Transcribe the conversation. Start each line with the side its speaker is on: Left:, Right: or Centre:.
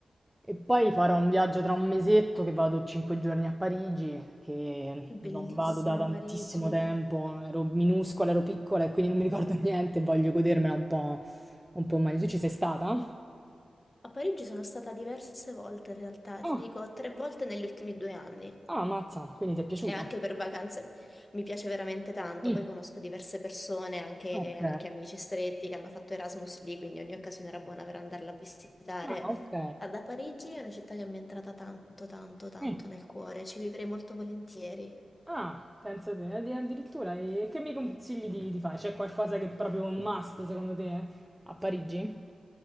Centre: E poi farò un viaggio tra un mesetto che vado 5 giorni a Parigi, che
Left: Bellissima
Centre: non vado da tantissimo
Left: Parigi.
Centre: tempo, ero minuscola, ero piccola e quindi non mi ricordo <laughs> niente, voglio godermela un po', un po' meglio. Tu ci sei stata?
Left: A Parigi sono stata diverse volte in realtà,
Centre: Ah,
Left: ti dico tre volte negli ultimi due anni.
Centre: ah, mazza, quindi ti è piaciuta?
Left: E anche per vacanze mi piace veramente tanto,
Centre: Mm,
Left: poi conosco diverse persone, anche,
Centre: ok.
Left: anche amici stretti che hanno fatto Erasmus lì, quindi ogni occasione era buona per andarla a visitare.
Centre: Ah, ok.
Left: Ah, Da Parigi è una città che mi è entrata tanto, tanto, tanto
Centre: Eh.
Left: nel cuore, ci vivrei molto volentieri.
Centre: Ah, pensa te, addi- addirittura. E che mi consigli di, di fare? C'è qualcosa che è proprio un must secondo te a Parigi?